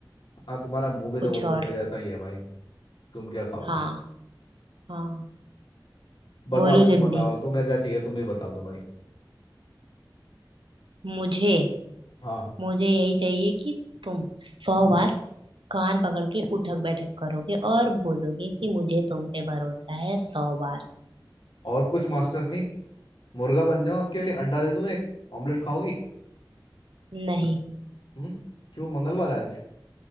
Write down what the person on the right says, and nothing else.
कुछ
और
हाँ हाँ
बोलो
जल्दी
मुझे
मुझे यही चाहिए कि तुम सौ
बार कान पकड़ के उठक बैठक करोगे और बोलोगे कि मुझे तुम पे भरोसा है सौ बार
नहीं